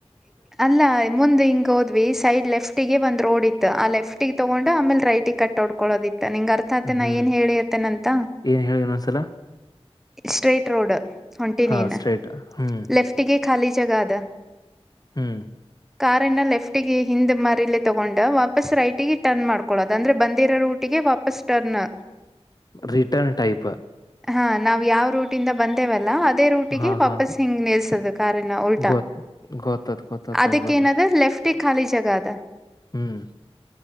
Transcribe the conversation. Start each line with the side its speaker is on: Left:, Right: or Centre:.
Centre: ಅಲ್ಲ ಮುಂದ್ ಹಿಂಗ ಹೋದ್ವಿ ಸೈಡ್ ಲೆಫ್ಟ ಗೆ ಒಂದ್ ರೋಡ್ ಇತ್ತು ಆ ಲೆಫ್ಟ ಿಗೆ ತಗೊಂಡ ಆಮೇಲೆ ರೈಟ್ ಕಟ್ ನಡ್ಕೊಳ್ಳೋದಿತ್ತು ಆ ನಿಂಗ ಅರ್ಥ ಆತೆ
Left: ಹ್ಮ್
Centre: ನಾ ಏನ್ ಹೇಳಿಯತ್ತೇನಂತ
Left: ಏನ್ ಹೇಳಿ ಇನ್ನೊಂದ್ಸಲ
Centre: ಸ್ಟ್ರೇಟ್ ರೋಡ್ ಹೊಂಟಿನೇನ್
Left: ಹಾ ಸ್ಟ್ರೈಟ್ ಹ್ಮ್
Centre: ಲೆಫ್ಟಿಗೆ ಖಾಲಿ ಜಗ ಅದ
Left: ಹ್ಮ್
Centre: ಕಾರನ್ನ ಲೆಫ್ಟಗೆ ಹಿಂದ್ ಮಾರಲ್ಲಿ ತಗೊಂಡ್ ವಾಪಸ್ ರೈಟಿಗೆ ಟರ್ನ್ ಮಾಡ್ಕೊಳ್ಳದು ಅಂದ್ರೆ ಬಂದಿರೋ ರಊಟಿಗೆ ಗೆ ವಾಪಸ್ ಟರ್ನ್
Left: ರಿಟರ್ನ್ ಟೈಪ್
Centre: ಹಾ ನಾವವು ಯಾವ ರೂಟಿಂದ ಬಂದೇವಲ್ಲ ಅದೇ ರೂಟಿಗೆ
Left: ಹಾ
Centre: ವಾಪಸ್
Left: ಹಾ
Centre: ಹಿಂಗ್ ನಿಲ್ಸೋದ ಕಾರಿನ ಉಲ್ಟಾ
Left: ಗೊತ್ ಗೊತ್ತಾತ್ ಗೊತ್ತಾತು
Centre: ಅದಕ್ಕ
Left: ಗೊತ್ತಾತು
Centre: ಏನದ ಲೆಫ್ಟಿ ಖಾಲಿ ಜಾಗ ಅದ
Left: ಹ್ಮ್